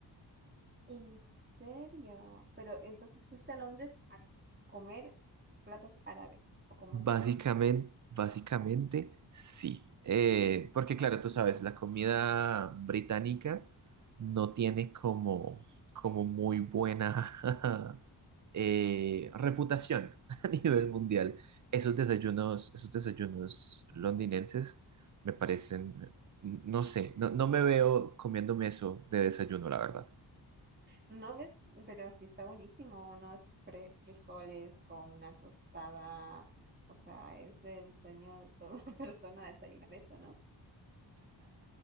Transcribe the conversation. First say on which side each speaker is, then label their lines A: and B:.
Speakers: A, on the right (about 25°); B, on the right (about 45°).
A: ¿en serio? Pero entonces fuiste a Londres a comer platos árabes, ¿o cómo
B: Básicamente,
A: es la cosa?
B: básicamente sí. Eh, porque claro, tú sabes, la comida británica no tiene como, como muy buena <laughs> eh, reputación <laughs> a nivel mundial. Esos desayunos, esos desayunos londinenses me parecen, no sé, no, no me veo comiéndome eso de desayuno, la verdad.
A: No ves, pero sí está buenísimo, unos fre- frijoles con una tostada, o sea, es el sueño de toda <laughs> persona desayunar eso, ¿no?